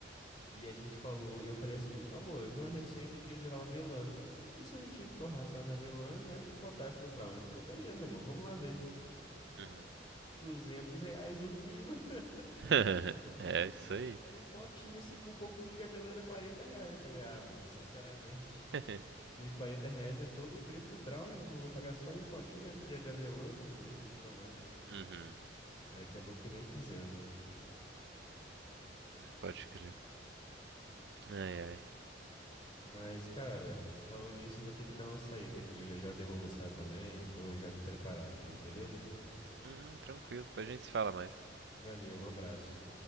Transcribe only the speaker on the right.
Uhum.
<laughs>
É isso aí.
<laughs>
Uhum.
Pode crer. Ai, ai.
Uhum, tranquilo, depois a gente se fala mais.